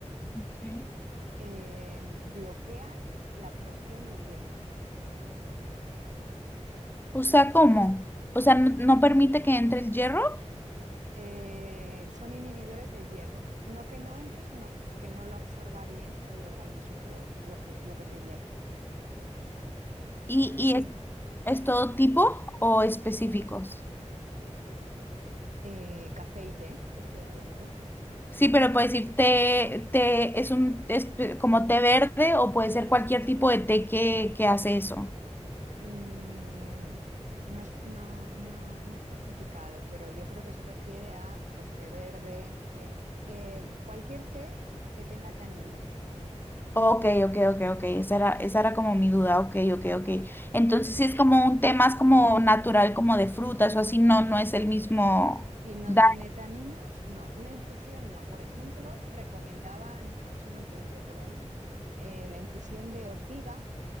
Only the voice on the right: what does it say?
eh, bloquean la absorción del hierro.
eh, son inhibidores del hierro. No que no entre, sino que no lo absorba bien el organismo, los- lo que, lo que es el hierro.
Sí,
eh, café y té, te estoy hablando.
Mm, no es, no, no, no especificado, pero yo creo que se refiere a pues té verde, té- eh, cualquier té que tenga taninos.
Si no
tiene taninos, no. Una infusión, no. Por ejemplo, recomendaban, a ver si lo encuentro por ahí, eh, la infusión de ortiga